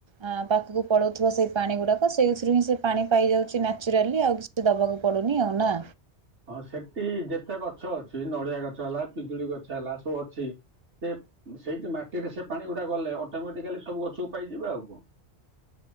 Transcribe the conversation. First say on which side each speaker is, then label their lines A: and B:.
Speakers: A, on the right; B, on the right.
A: ଆ ପାଖକୁ ପଳଉଥିବ ସେଇ ପାଣି ଗୁଡ଼ାକ ସେଇଥିରୁ ହିଁ ସେ ପାଣି ପାଇ ଯାଉଚି ନ୍ୟାଚୁରାଲି ଆଉ କିଚି ଦବାକୁ ପଡ଼ୁନି ଆଉ। ନା?
B: ହଁ ସେଠି ଯେତେ ଗଛ ଅଛି ନଡିଆ ଗଛ ହେଲା ପିଜୁଳି ଗଛ ହେଲା ସବୁ ଅଛି ସେ ସେଇଠି ମାଟିରେ ସେ ପାଣି ଗୁଡା ଗଲେ ଅଟୋମେଟିକାଲି ସବୁ ଗଛକୁ ପାଇଯିବେ ଆଉ କଣ।